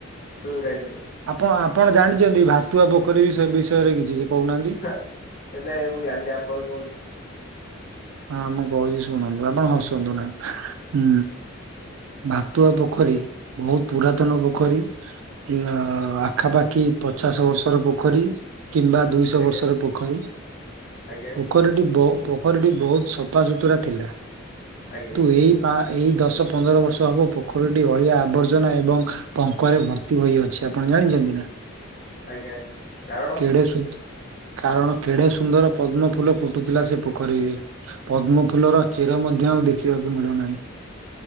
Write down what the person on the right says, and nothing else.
ଆପଣା ଅପ ଆପଣ ଜାଣିଛନ୍ତି ଭାତୁଆ ପୋଖରୀ ବି ସେ ବିଷୟରେ କିଛି? କହୁନାହାନ୍ତି?
ହଁ ଆମେ କି ଶୁଣନ୍ତୁ ଆପଣ ହସନ୍ତୁ ନାହିଁ। ଭାତୁଆ ପୋଖରୀ ବହୁତ ପୁରାତନ ପୋଖରୀ। ନାଆ ଆଖାପାଖି ପଚାଶ ବର୍ଷର ପୋଖରୀ। କିମ୍ବା ଦୁଇଶହ
ବର୍ଷର ପୋଖରୀ।
ପୋଖରୀଟି ବ ପୋଖରୀଟି ବହୁତ ସଫା ସୁୁତୁରା ଥିଲା।
ତୁ ଏଇ ପା ଏଇ ଦଶ ପନ୍ଦର ବର୍ଷ ହବ ପୋଖରୀଟି ଅଳିଆ ଆବର୍ଜନା ଏବଂ ପଙ୍କରେ ଭର୍ତ୍ତି ହୋଇଅଛି ଆପଣ ଜାଣିଛନ୍ତି ନା?
କେଡେ ସୁ କାରଣ କେଢେ ସୁନ୍ଦର ପଦ୍ମ ଫୁଲ ଫୁଟୁଥିଲା ସେ ପୋଖରୀରେ। ପଦ୍ମଫୁଲର ଚେର ମଧ୍ୟ ଆଉ ଦେଖିବାକୁ ମିଳୁନାହିଁ।